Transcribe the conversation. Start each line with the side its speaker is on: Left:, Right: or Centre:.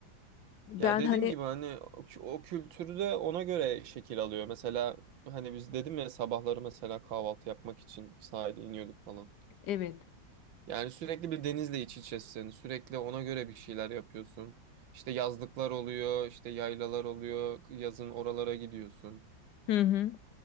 Left: ben
Right: Ya dediğim
Left: hani
Right: gibi hani o, kü- o kültürü de ona göre şekil alıyor. Mesela hani biz dedim ya sabahları mesela kahvaltı yapmak için sahile iniyorduk falan.
Left: evet.
Right: Yani sürekli bir denizle iç içesin. Sürekli ona göre bir şeyler yapıyorsun. İşte yazlıklar oluyor, işte yaylalar oluyor. Yazın oralara gidiyorsun.
Left: Hı hı.